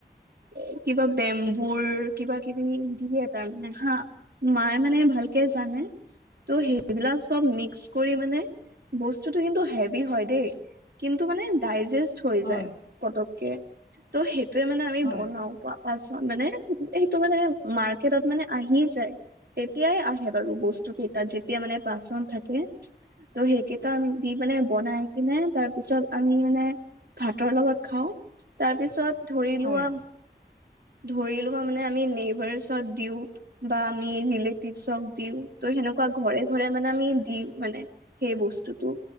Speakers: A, on the right; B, on the left.
A: এ কিবা বেম্বুৰ কিবাকিবি দিয়ে তাৰমানে হা? <inaudible> মায়ে মানে ভালকে জানে ত' সেইবিলাক চব মিক্স <inaudible> কৰি মানে বস্তুটো কিন্তু হেভী হয় দেই কিন্তু মানে ডাইজেষ্ট <inaudible> হৈ
B: হয়
A: যায় পটককে। ত' সেইটোৱে মানে আ <unintelligible>
B: হয়
A: বনাও <inaudible> পাঁচ মানে এইটো মানে মাৰ্কেটত মানে আহিয়ে যায়। তেতিয়াই আহে বাৰু বস্তুকেইটা যেতিয়া মানে পাচন থাকে। <inaudible> ত' সেইকেইটা দি মানে বনাই। <inaudible> কিনে তাৰ পিছত আমি মানে ভাতৰ লগত খাওঁ। তাৰপিছত ধৰি লোৱা
B: হয়
A: <inaudible> ধৰি লোৱা মানে আমি নেইবাৰছত দিওঁ। <inaudible> বা আমি ৰিলেটিভছক দিওঁ। ত সেনেকুৱা ঘৰে-ঘৰে মানে আমি দিওঁ মানে। <inaudible> সেই বস্তুটো